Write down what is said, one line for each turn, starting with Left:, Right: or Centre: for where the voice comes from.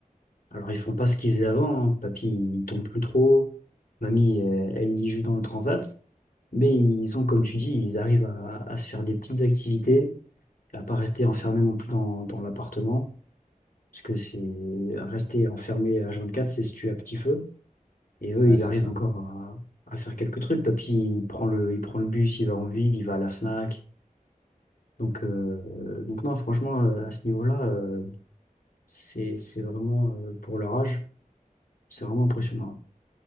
Left: Alors, ils font pas ce qu'ils faisaient avant. hein. Papy, il tombe plus trop. Mamie, elle, elle lit juste dans le transat. Mais ils ont, comme tu dis, ils arrivent à, à se faire des petites activités, à pas rester enfermés non plus dans, dans l'appartement. Parce que c'est rester enfermé à 24, c'est se tuer à petit feu. Et eux,
Right: Ouais,
Left: ils
Right: c'est
Left: arrivent
Right: ça.
Left: encore à, à faire quelques trucs. Papy, il prend le, il prend le bus, il va en ville, il va à la Fnac. Donc, euh, donc non, franchement, euh, à ce niveau-là, euh, c'est, c'est vraiment, euh, pour leur âge, c'est vraiment impressionnant.